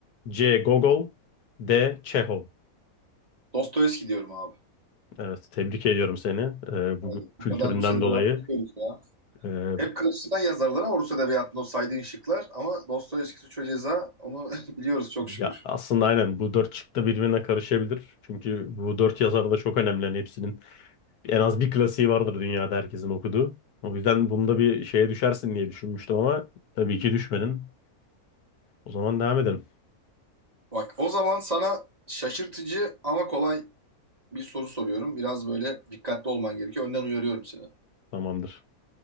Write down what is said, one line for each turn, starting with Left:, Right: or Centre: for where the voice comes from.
Left: C. Gogol D. Çehov
Right: Dostoyevski diyorum abi.
Left: Evet, tebrik ediyorum seni. Ee, bu
Right: Hadi.
Left: kültüründen
Right: Bu kadar Rusya vermiyoruz
Left: dolayı.
Right: ya.
Left: Ee,
Right: Hep karşısından yazarlar ama Rus edebiyatında o saydığın şıklar. Ama Dostoyevski Suç ve Ceza onu <laughs> biliyoruz çok
Left: Ya
Right: şükür.
Left: aslında aynen bu dört çıktı birbirine karışabilir. Çünkü bu dört yazar da çok önemli. Hani hepsinin en az bir klasiği vardır dünyada herkesin okuduğu. O yüzden bunda bir şeye düşersin diye düşünmüştüm ama tabii ki düşmedin. O zaman devam edelim.
Right: Bak o zaman sana şaşırtıcı ama kolay bir soru soruyorum. Biraz böyle dikkatli olman gerekiyor. Önden uyarıyorum seni.
Left: Tamamdır.